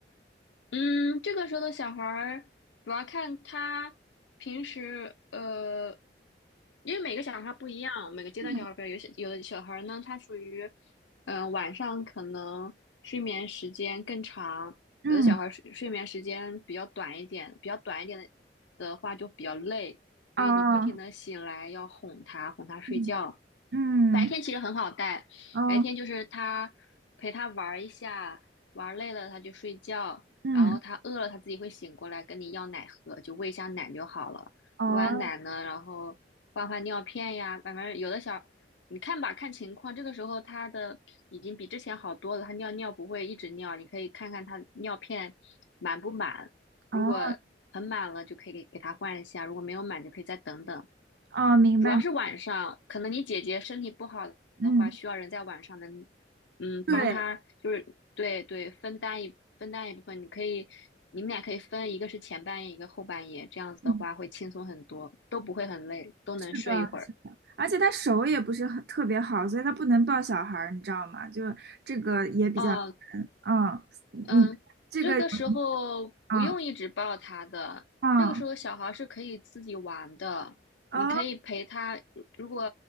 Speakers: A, on the left (about 85°); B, on the right (about 60°).
A: 嗯，这个时候的小孩儿主要看他平时呃，因为每个小孩儿他不一样，每个阶段小孩儿不一样，
B: 嗯
A: 有些有的小孩儿呢，他属于嗯、呃晚上可能睡眠时间更长，
B: 嗯，
A: 有的小孩儿睡睡眠时间比较短一点，比较短一点的的话就比较累，因为你不停的醒来要哄他哄他睡觉。
B: 哦。嗯嗯
A: 白天其实很好带，
B: 哦
A: 白天就是他陪他玩儿一下，玩儿累了他就睡觉。
B: 嗯
A: 然后它饿了，它自己会醒过来跟你要奶喝，就喂一下奶就好了。
B: 哦
A: 喂完奶呢，然后换换尿片呀，反正有的小，你看吧，看情况。这个时候它的已经比之前好多了，它尿尿不会一直尿，你可以看看它尿片满不满。
B: 哦
A: 如果很满了，就可以给给它换一下；如果没有满，就可以再等等。
B: 哦，明白，
A: 主要是晚上，可能你姐姐身体不好的话，
B: 嗯，
A: 需要人在晚上能，嗯，
B: 对，
A: 帮她，就是对对，分担一分担一部分，你可以，你们俩可以分，一个是前半夜，一个后半夜，这样子的话会轻松很多，
B: 嗯，
A: 都不会很累，都能睡一会儿。
B: 是的，是的，而且他手也不是很特别好，所以他不能抱小孩儿，你知道吗？就这个也比较难，
A: 哦，
B: 嗯，
A: 嗯，
B: 你这个有，
A: 这个时候不用一直抱他的，
B: 嗯嗯
A: 这个时候小孩是可以自己玩的，你可以陪他。
B: 哦
A: 如果